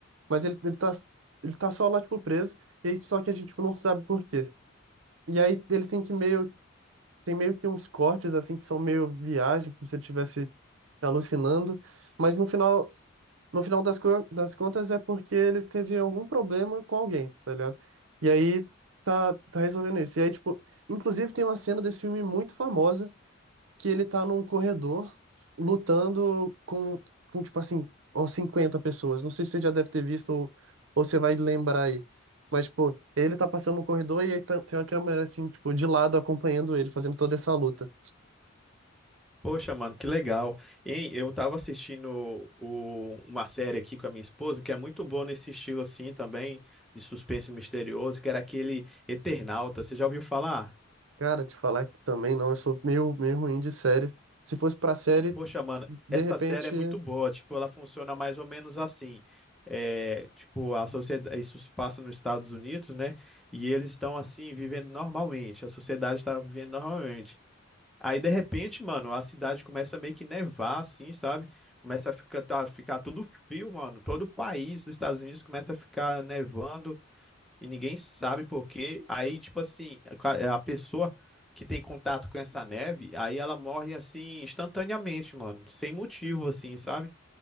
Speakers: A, on the right; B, in the centre.
A: mas ele, ele tá, ele tá só lá, tipo, preso, e aí- só que a gente tipo, não sabe por quê. E aí ele tem que meio, tem meio que uns cortes, assim, que são meio viagem, como se ele estivesse alucinando, mas no final, no final das, co- das contas é porque ele teve algum problema com alguém, tá ligado? E aí tá, tá resolvendo isso. E aí, tipo, inclusive tem uma cena desse filme muito famosa que ele tá num corredor lutando com, com tipo assim, umas 50 pessoas. Não sei se você já deve ter visto ou, ou você vai lembrar aí. Mas, tipo, ele tá passando no corredor e aí tá- tem uma câmera, assim, tipo, de lado acompanhando ele, fazendo toda essa luta.
B: Poxa, mano, que legal. Hein, eu tava assistindo o- uma série aqui com a minha esposa, que é muito boa nesse estilo assim também, de suspense misterioso, que era aquele Eternauta. Você já ouviu falar?
A: Cara, te falar que também não, eu sou meio, meio ruim de série. Se fosse pra série,
B: Poxa, mano,
A: de
B: essa
A: repente.
B: série é muito boa. Tipo, ela funciona mais ou menos assim. É, tipo, a sociedade, isso se passa nos Estados Unidos, né? E eles estão assim vivendo normalmente. A sociedade está vivendo normalmente. Aí, de repente, mano, a cidade começa a meio que nevar, assim, sabe? Começa a ficar, tá- ficar tudo frio, mano. Todo o país dos Estados Unidos começa a ficar nevando e ninguém sabe por quê. Aí, tipo assim, a a pessoa que tem contato com essa neve, aí ela morre assim instantaneamente, mano, sem motivo, assim, sabe?